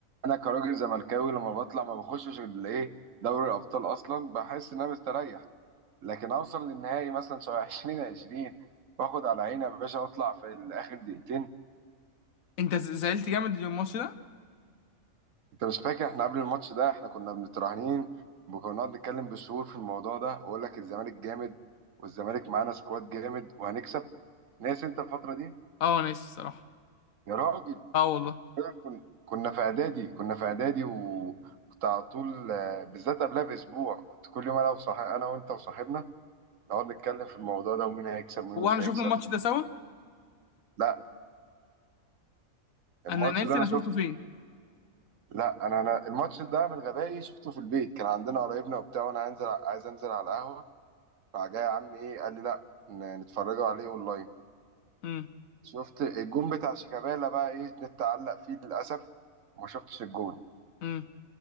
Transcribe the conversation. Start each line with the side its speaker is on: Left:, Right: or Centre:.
Right: انا كراجل زملكاوي لما بطلع ما بخشش الايه دوري الابطال اصلا بحس ان انا مستريح لكن اوصل للنهائي مثلا شبه <laughs> 20 20 واخد على عيني يا باشا واطلع في الاخر دقيقتين
Left: انت ز- زعلت جامد اليوم الماتش ده
Right: انت مش فاكر احنا قبل الماتش ده احنا كنا متراهنين وكنا بنقعد نتكلم بالشهور في الموضوع ده واقول لك الزمالك جامد والزمالك معانا سكواد جامد وهنكسب ناس انت الفتره دي
Left: اه انا ناسي الصراحة
Right: يا راجل
Left: اه والله
Right: كن- كنا في اعدادي كنا في اعدادي وكنت على طول آه، بالذات قبلها باسبوع كنت كل يوم انا وصاحب انا وانت وصاحبنا نقعد نتكلم في الموضوع ده ومين هيكسب ومين
Left: هو
Right: مش
Left: احنا
Right: هيكسب
Left: شفنا الماتش ده سوا
Right: لا الماتش
Left: انا ناسي
Right: ده انا
Left: انا
Right: شفته
Left: شفته فين
Right: لا انا انا الماتش ده من غبائي شفته في البيت كان عندنا قرايبنا وبتاع وانا انزل عايز انزل على القهوه راح جاي يا عم ايه قال لي لا ن- نتفرجوا عليه اونلاين
Left: امم
Right: شفت الجون بتاع شيكابالا بقى ايه النت علق فيه للاسف وما شفتش الجون
Left: امم